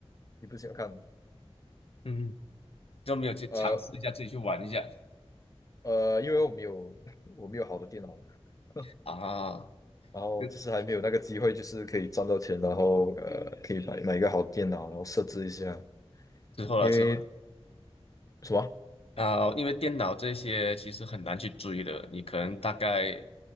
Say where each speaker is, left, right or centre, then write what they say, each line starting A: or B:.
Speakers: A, on the left; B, on the left.
A: 你不喜欢看，
B: 嗯，都没有去尝试一下，
A: 呃
B: 自己去玩一下
A: 呃，因为我没有 <laughs> 我没有好的电脑嘛，<laughs>
B: 啊。
A: 然后就是还没有那个机会，
B: 就
A: 就是可以赚到钱，然后呃，可以买买一个好电脑，然后设置一下。
B: 之后了之后了
A: 因为什么？
B: 啊，因为电脑这些其实很难去追的，你可能大概